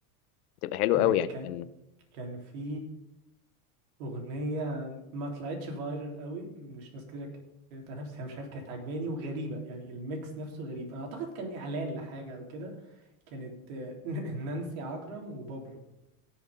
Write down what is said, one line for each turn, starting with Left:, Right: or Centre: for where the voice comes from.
Left: بتبقى حلوة
Right: انا
Left: قوي يعني
Right: كان
Left: كان
Right: كان في أغنية ما طلعتش فايرال قوي مش ناس كتير اتكلمت عنها بس هي مش عارف كانت عجباني وغريبة يعني الميكس نفسه غريب أنا أعتقد كان إعلان لحاجة أو كده كانت آه، <laughs> نانسي عجرم وبابلو